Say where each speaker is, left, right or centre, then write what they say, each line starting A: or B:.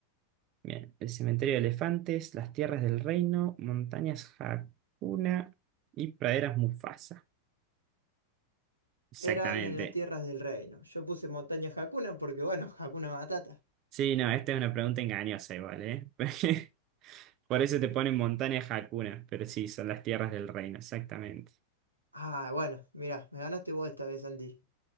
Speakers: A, on the right; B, on the right.
A: Bien, el cementerio de elefantes, las tierras del reino, montañas Hakuna y praderas Mufasa. Exactamente.
B: Eran en las tierras del reino. Yo puse montaña Hakuna porque, bueno, <laughs> Hakuna Matata.
A: Sí, no, esta es una pregunta engañosa igual, ¿eh? <laughs> Por eso te ponen montañas Hakuna, pero sí, son las tierras del reino, exactamente.
B: Ah, bueno, mirá, me ganaste vos esta vez, Andy.